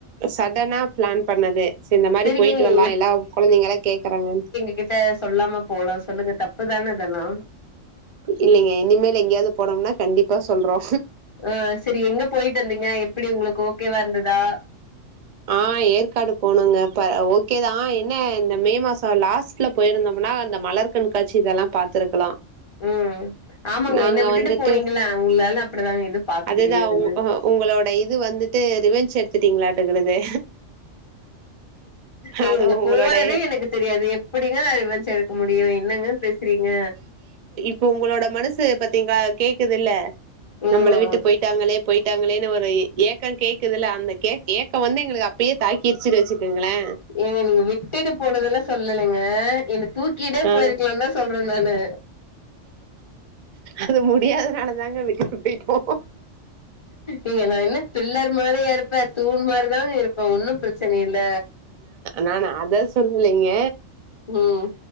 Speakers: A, on the right; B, on the left.
A: சட்டனா பிளான் பண்ணது இந்த மாரி
B: சரிங்க
A: போயிட்டு
B: நீங்க
A: வரலா எல்லா கொழந்தைங்களா கேக்குறாங்க
B: என்கிட்ட சொல்லாம போலா சொல்லுங்க தப்புதானே இதெல்லா
A: இல்லைங்க இனிமேல் எங்கேயாவது போனோம்னா கண்டிப்பா சொல்றோ
B: ஆ சரி எங்க போயிட்டு வந்தீங்க எப்டி உங்களுக்கு ஓகேவா இருந்ததா
A: ஆ ஏற்காடு போனோங்க அப்ப ஓகேதா என்ன இந்த மே மாச லாஸ்ட் ல போயிருந்தோம்னா அந்த மலர் கண்காட்சி இதெல்லா பாத்துருக்கலா
B: ம் ஆமாங்க
A: நாங்க
B: என்ன விட்டுட்டு
A: வந்துட்டு
B: போனீங்கள உங்களால அப்டிதா எதும் பாக்க
A: அதுதா
B: முடியாதுன்னு
A: உங் உங்களோட இது வந்துட்டு ரிவென்ச் எடுத்துட்டிங்களாட்டுக்கிறது
B: ஏ
A: அத
B: நீங்க
A: உங்களோட
B: போறதே எனக்கு தெரியாது எப்டிங்க நா ரிவென்ஞ்சு எடுக் க முடியு என்னங்க பேசுறீங்க
A: இப்போ உங்களோட மனசு பாத்தீங்களா கேக்குது இல்ல
B: ம்
A: நம்மள விட்டு போயிட் ட்டாங்களே போயிட்டாங்களேனு ஒரு ஏக்க கேக்குதுல அந்த தேக் ஏக்கம் வந்து எங்களுக்கு அப்பயே தாக்கி கிரிச்சுன் வச்சுக்குங்களே
B: ஏ நீங்க விட்டுட்டு போனதெல்லா சொல்லலங்க என்ன தூக்கிட்டே
A: ஆ
B: போயிருக்கலா தா சொ ல்றே நானு
A: அது முடியாதனால தாங்க விட்டுட்டு போயிட்டோ
B: ஏங்க நா என்ன பில்லர் மாதிரியா இருப்ப தூண் மாரி தாங்க இருப்ப ஒன்னு பிரச்சன இல்ல
A: நானா அத சொல்லைங்க
B: ம்